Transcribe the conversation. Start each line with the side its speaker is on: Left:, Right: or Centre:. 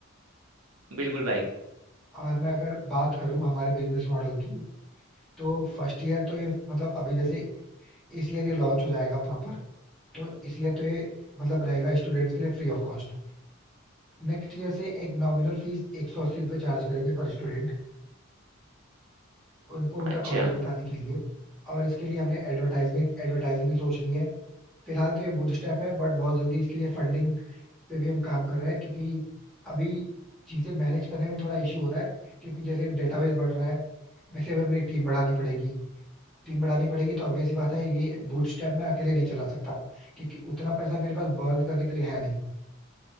Right: बिल्कुल भाई
Centre: और मैं अगर बात करूं हमारे बिजनेस मॉडल की तो फर्स्ट ईयर तो ये मतलब अभी जैसे इस ईयर ये लॉन्च हो जाएगा प्रॉपर तो इस ईयर तो ये मतलब रहेगा स्टूडेंट्स के लिए free of cost Next year से एक नॉमिनल फीस एक सौ अस्सी रुपये चार्ज करेंगे पर स्टूडेंट उनको उनका
Right: अच्छा
Centre: कॉलेज बताने के लिए और इसके लिए हमने एडवर्टाइजमेंट एडवर्टाइजिंग भी सोच ली है फिलहाल तो ये बूट स्टेप है बट बहुत जल्दी इसके लिए फंडिंग पे भी हम काम कर रहे हैं क्योंकि अभी चीजें मैनेज करने में थोड़ा इशू हो रहा है क्योंकि जैसे डेटाबेस बढ़ रहा है वैसे भी अपनी टीम बढ़ानी पड़ेगी टीम बढ़ानी पड़ेगी तो ऑब्वियस सी बात है ये बूटस्ट्रैप मैं अकेले नहीं चला सकता क्योंकि उतना पैसा मेरे पास बर्न करने के लिए है नहीं